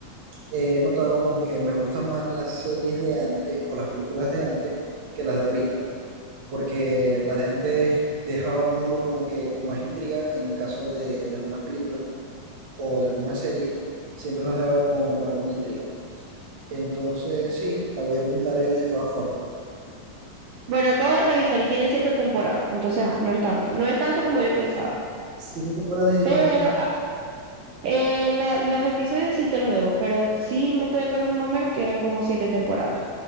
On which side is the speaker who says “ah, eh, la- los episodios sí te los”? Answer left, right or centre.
Right